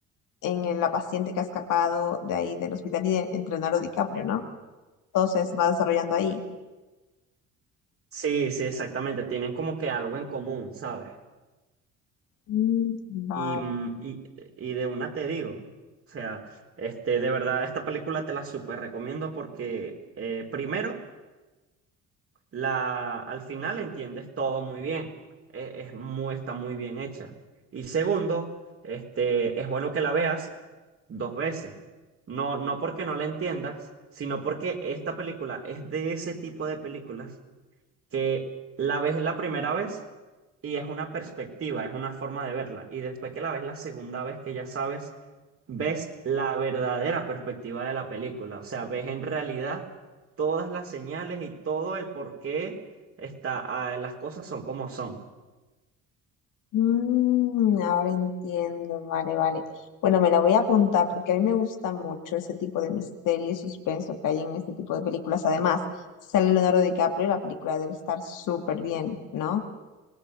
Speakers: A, on the left; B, on the right.
A: en la paciente que ha escapado de ahí del hospital y de, entre Leonardo DiCaprio, ¿no? Todo se va desarrollando ahí.
B: Sí, sí, exactamente. Tienen como que algo en común, ¿sabes?
A: Mm, Vale.
B: Y, mm, y, y de una te digo, o sea, este, de verdad, esta película te la súper recomiendo porque, eh, primero, la, al final entiendes todo muy bien. Eh, Es, muy, está muy bien hecha. Y segundo, este, es bueno que la veas dos veces. No, no porque no la entiendas, sino porque esta película es de ese tipo de películas que la ves la primera vez y es una perspectiva, es una forma de verla. Y después que la ves la segunda vez que ya sabes, ves la verdadera perspectiva de la película. O sea, ves en realidad todas las señales y todo el por qué está, ah, las cosas son como son.
A: Mm, ahora entiendo, vale, vale. Bueno, me la voy a apuntar porque a mí me gusta mucho ese tipo de misterio y suspenso que hay en este tipo de películas. Además, sale Leonardo DiCaprio y la película debe estar súper bien, ¿no?